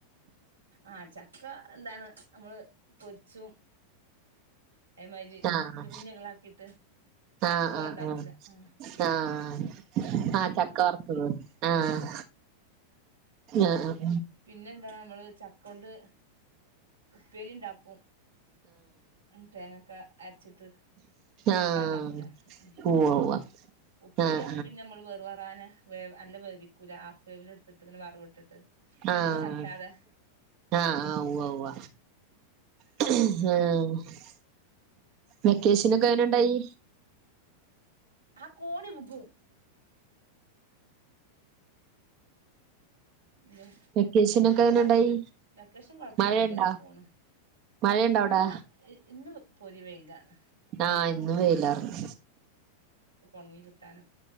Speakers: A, on the right (about 75°); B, on the right (about 40°).
A: ആഹ് ചക്ക എന്താണ് നമ്മളെ പൊരിച്ചും അതേമാതിരി
B: ആഹ്
A: കുഞ്ഞു കുഞ്ഞുകളാക്കിയിട്ട് ചിപ്സ്
B: ആഹ
A: പോലെ
B: ആഹ്
A: ഉണ്ടാക്കൂലേ
B: ആഹ
A: ആ
B: ആഹ
A: അങ്ങനെ ചെയ്യും
B: ആഹ ചക്ക വർത്തത് ആഹ്
A: ഉം
B: ആഹ് ആ
A: പിന്നെ എന്താ നമ്മള് ചക്കണ്ട് ഉപ്പേരി ണ്ടാക്കും ഉ തേങ്ങൊക്കെ അരച്ചിട്ട് തേങ്ങക്കെ തേങ്ങക്കെ അരച്ചിട്ട് കൂട്ടാണ്ടാക്കൂലേ
B: ആഹ് ഉവ്വ്
A: അങ്ങനെ
B: ഉവ്വ്
A: ഉപ്പരിയാവുമ്പോൾ
B: ആഹ് ആഹ്
A: പിന്നെ നമ്മള് വെറു വരാന്ന വേവ് അല്ല വേവിക്കൂലആഹ് വേവി എടുത്തിട്ട് വറവിട്ടിട്ട്
B: ആഹ്
A: ഒന്നിമ്മെ തട്ടാതെ
B: ആഹ്
A: ഉം
B: ഉവ്വ ഉവ്വ ആഹ് <unintelligible>
A: അങ്ങനെ
B: വെക്കേഷിനൊക്കെങ്ങനുണ്ടായി
A: ആ കോണി വുഗ്ഗും ഇ
B: വെക്കേഷനൊക്കെ
A: ഇവിടെ
B: എങ്ങനെണ്ടായി
A: ലൊക്കേഷൻ കൊഴപ്പൊന്നുല്ല
B: മഴയുണ്ടോ
A: ങ്ങനെ പോണ്
B: മഴയുണ്ടോ
A: ഇന്ന്
B: അവിടെ
A: ഇന്ന് പൊരി വെയിലാ <inaudible>
B: ആഹ് ഇന്ന് വെയിലാർന്നു
A: ഒ ണങ്ങി കിട്ടാന